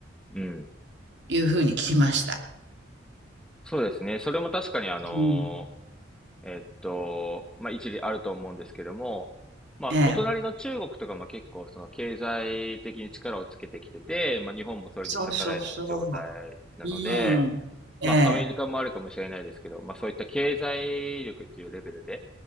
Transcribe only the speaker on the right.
いうふうに聞きました。
うん
ええ
そうそうそう。
うーん。ええ、